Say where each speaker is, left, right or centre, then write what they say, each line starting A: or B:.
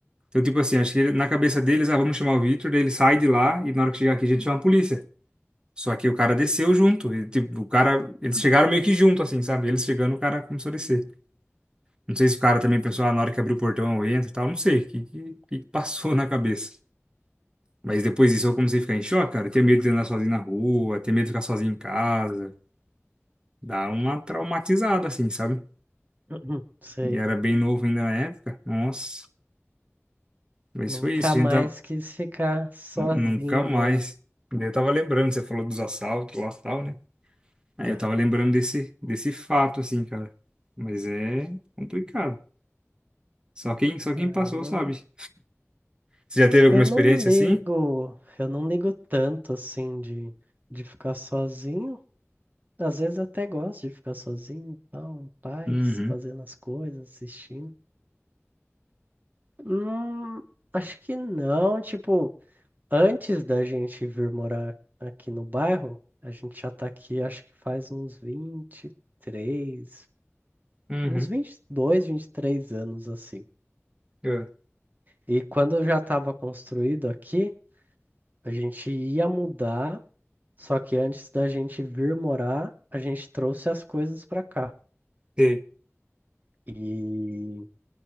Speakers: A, on the right (about 20°); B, on the right (about 35°).
A: Então, tipo assim, acho que na cabeça deles, ah, vamos chamar o Victor, daí ele sai de lá e na hora que chegar aqui a gente chama a polícia. Só que o cara desceu junto. E, tipo, o cara. Eles chegaram meio que junto, assim, sabe? Eles chegando, o cara começou a descer. Não sei se o cara também pensou, ah, na hora que abriu o portão eu entro e tal. Não sei. O que, que, que passou <laughs> na cabeça? Mas depois disso eu comecei a ficar em choque, cara. Ter medo de andar sozinho na rua, ter medo de ficar sozinho em casa. Dá uma traumatizada, assim, sabe?
B: <clears throat> Sei.
A: E era bem novo ainda na época. Nossa. Mas
B: Nunca
A: foi isso.
B: mais
A: A gente tá...
B: quis ficar sozinho
A: nunca mais.
B: daí.
A: Daí Eu tava lembrando, você falou dos assaltos lá e tal, né? Aí
B: Aham.
A: eu tava lembrando desse, desse fato, assim, cara. Mas é complicado. Só quem, só quem
B: Ah,
A: passou
B: eu não.
A: sabe. Você já teve alguma
B: Eu
A: experiência
B: não ligo,
A: assim?
B: eu não ligo tanto assim de, de ficar sozinho. Às vezes até gosto de ficar sozinho e tal, em paz,
A: Uhum.
B: fazendo as coisas, assistindo. Hum, acho que não, tipo, antes da gente vir morar aqui no bairro, a gente já tá aqui, acho que faz uns vinte, e três,
A: Uhum.
B: uns vinte, vinte dois, vinte e três anos assim.
A: Eu
B: E quando já estava construído aqui, a gente ia mudar Só que antes da gente vir morar, a gente trouxe as coisas pra cá.
A: sei.
B: E